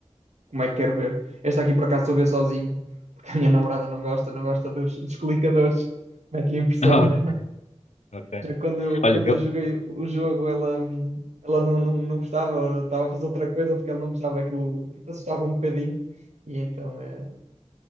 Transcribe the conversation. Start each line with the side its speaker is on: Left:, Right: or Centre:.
Right: como é que quero ver. Esta aqui por acaso estou a ver sozinho, porque a minha namorada não gosta, não gosta dos, dos clicadores. Mete-lhe impressão,
Left: <laughs> Ah,
Right: né?
Left: ok.
Right: Já que quando eu,
Left: Olha,
Right: quando
Left: eu.
Right: eu joguei o jogo, ela, hum, ela não, não, não gostava, estava a fazer outra coisa porque ela não gostava aquilo, assustava um bocadinho. E então, eh,